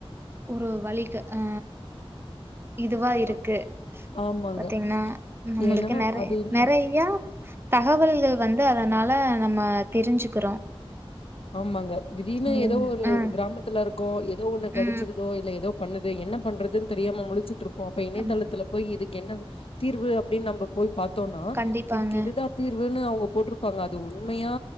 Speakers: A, on the right; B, on the left.
A: ஒரு வழிக ஆ இதுவா இருக்கு
B: ஆ ஆமாங்க.
A: பாத்தீங்ன்னா நம்மளுக்கு
B: ஏன்னா
A: நெற
B: அது இல்ல
A: நெறையா தகவல்கள் வந்து அதனால நம்ம தெரிஞ்சுக்கிறோ
B: ஆமாங்க திடீர்னு
A: இல்லைங்க
B: எதோ ஒரு
A: ஆ
B: கிராமத்துல இருக்கோ எதோ ஒண்ணு கடிச்சிரு
A: ம்
B: தோ இல்ல எதோ பண்ணுது என்ன பண்றது தெரியாம முழிச்சிட்ருப்போ அப்ப இணையதளத்தில
A: ம்
B: போய் இதுக்கு என்ன தீர்வு அப்டின் நம்ம போய் பாத்தோனா
A: கண்டிப்பாங்க
B: இதுக்கு இதுதா தீர்வுன்னு அவுங்க போட்ருப்பாங்க அது உண்மையா